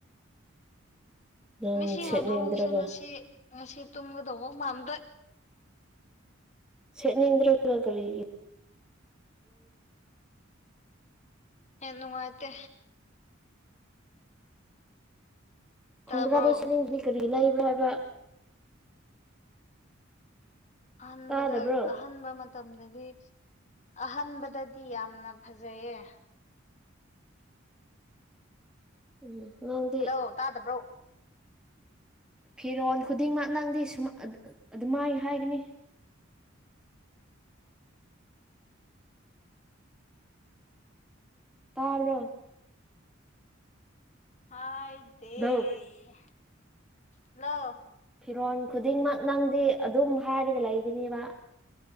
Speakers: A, in the centre; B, on the left (about 35°).
A: ꯅꯪ
B: ꯃꯤꯁꯤ
A: ꯁꯦꯠꯅꯤꯡꯗ꯭ꯔꯒ
B: ꯍꯧꯗꯣꯡꯁ ꯃꯁꯤꯁꯤ ꯁꯤ ꯇꯒꯗꯧꯕ ꯃꯗ
A: ꯁꯦꯠꯅꯤꯡꯗ꯭ꯔꯒ ꯀꯔꯤꯒꯤꯕ
B: ꯍ ꯅꯨꯡꯉꯥꯏꯇꯦ ꯇꯥꯕ꯭ꯔꯣ
A: ꯈꯣꯡꯒ꯭ꯔꯥꯗꯣ ꯁꯩꯔꯦꯡꯗꯨꯗꯤ ꯀꯔꯤ ꯂꯩꯕ꯭ꯔ ꯍꯥꯏꯕ
B: ꯑꯍꯥꯟꯕꯗ
A: ꯇꯥꯗꯕ꯭ꯔꯣ
B: ꯑꯍꯥꯟꯕ ꯃꯇꯝꯗꯗꯤ ꯑꯍꯟꯥꯟꯕꯗꯗꯤ ꯌꯥꯝꯅ ꯐꯖꯩꯌꯦ
A: ꯎꯝ ꯅꯪꯗꯤ
B: ꯍꯜꯂꯣ ꯇꯥꯗꯕ꯭ꯔꯣ
A: ꯐꯤꯔꯣꯜ ꯈꯨꯗꯤꯡꯃꯛ ꯅꯪꯗꯤ ꯁ ꯑꯗꯨꯃꯥꯏꯅ ꯍꯥꯏꯒꯅꯤ <unintelligible> <inaudible> ꯇꯥꯕꯔ
B: ꯍꯥꯏꯗꯦ
A: ꯗꯧ
B: ꯍꯂꯣ
A: ꯐꯤꯔꯣꯟꯜ ꯈꯨꯗꯤꯡꯃꯛ ꯅꯪꯗꯤ ꯑꯗꯨꯝ ꯍꯥꯏꯔꯒ ꯂꯩꯒꯅꯦꯕ